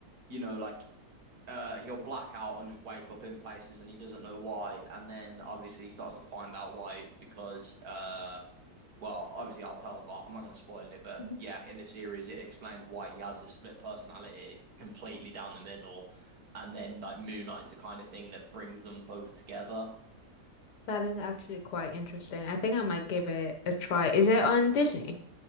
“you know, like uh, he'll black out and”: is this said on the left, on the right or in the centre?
Right